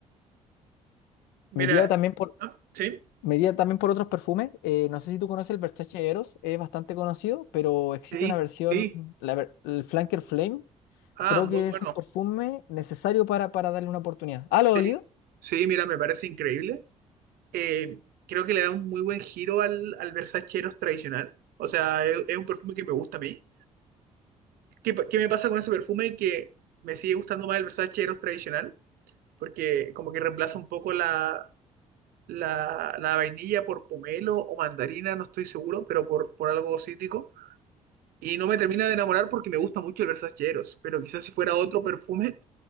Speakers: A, on the right; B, on the left.
A: Mira,
B: Me iría también por,
A: ah, sí,
B: me iría también por otros perfumes. eh, no sé si tú conoces el Versace Eros, es bastante conocido, pero existe
A: sí,
B: una versión,
A: sí,
B: la ver- el Flanker Flame.
A: ah,
B: Creo
A: muy
B: que
A: bueno,
B: es un perfume necesario para, para darle una oportunidad.
A: sí,
B: ¿Ah, lo he olido?
A: sí, mira, me parece increíble. Eh, creo que le da un muy buen giro al, al Versace Eros tradicional, o sea, es, es un perfume que me gusta a mí. ¿Qué, pa- qué me pasa con ese perfume que me sigue gustando más el Versace Eros tradicional? porque como que reemplaza un poco la, la, la vainilla por pomelo o mandarina, no estoy seguro, pero por, por algo cítrico. Y no me termina de enamorar porque me gusta mucho el Versaceros, pero quizás si fuera otro perfume